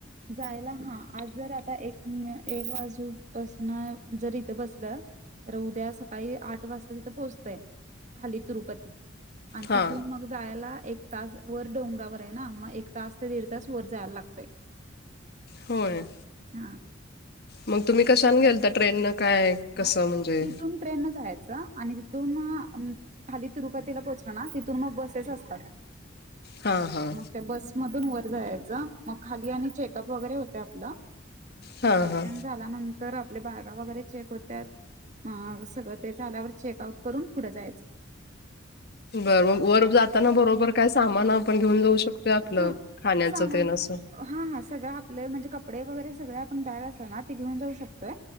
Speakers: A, on the right; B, on the left.
A: जायला हा आज जर आता एक एक बाजूपसन जर इथं बसलं तर उद्या सकाळी आठ वाजता तिथं पोहोचतय खाली तिरुपतीत. आणि
B: हा
A: तिथून मग जायला एक तास वर डोंगरावर आहे ना एक तास ते दीड तास जायला लागतोय.
B: होय
A: हा
B: मग तुम्ही कशान ट्रेन नं काय? कसं
A: हा
B: म्हणजे
A: इथून ट्रेन जायच आणि तिथून खाली तिरुपतीला पोहोचल ना तिथून मग बसेस असतात.
B: हा हा
A: त्या बसमधून वर जायच मग खाली आणि चेकअप वगैरे होते आपल. चेकपण
B: हा हा
A: झाल्यानंतर आपल्या ब्यागा वगैरे चेक होत्यात अ सगळ ते झाल्यावर चेक आउट करून पुढं जायचं.
B: बरं म वर जाताना बरोबर काय सामान आपण घेऊन जाऊ शकतो आपलं
A: हा
B: खाण्याचं
A: सामान
B: ते ना असं.
A: हा हा सगळ आपले म्हणजे कपडे वगैरे सगळे आपण बॅग असो ना त घेऊन जाऊ शकतोय.